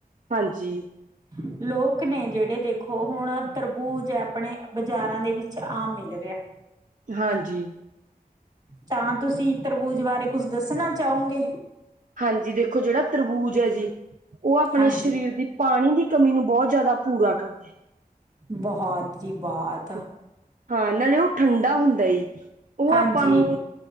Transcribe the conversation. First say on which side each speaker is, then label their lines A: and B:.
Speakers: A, on the right; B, on the right.
A: ਹਾਂਜੀ।
B: <unintelligible> ਲੋਕ ਨੇ ਜੇੜੇ ਦੇਖੋ, ਹੁਣ ਤਰਬੂਜ ਆਪਣੇ ਬਾਜ਼ਾਰਾਂ ਦੇ ਵਿੱਚ ਆਮ ਮਿਲ ਰੇਐ
A: ਹਾਂਜੀ।
B: ਤਾਂ ਤੁਸੀ ਤਰਬੂਜ ਬਾਰੇ ਕੁਛ ਦਸਣਾ ਚਾਓਗੇ?
A: ਹਾਂਜੀ ਦੇਖੋ ਜਿੜਾ ਤਰਬੂਜ ਐ ਜੀ, ਓ ਆਪਣੇ
B: ਹਾਂਜੀ
A: ਸਰੀਰ ਦੀ ਪਾਣੀ ਦੀ ਕਮੀ ਨੂੰ ਬੋਤ ਜਾਦਾ ਪੂਰਾ ਕਰਦਾ।
B: ਬੋਹਤ ਜੀ ਬੋਹਤ
A: ਹ, ਹਾਂ ਨਾਲੇ ਓ ਠੰਡਾ ਹੁੰਦਾ ਏ, ਓ
B: ਹਾਂਜੀ
A: ਆਪਾ ਨੂੰ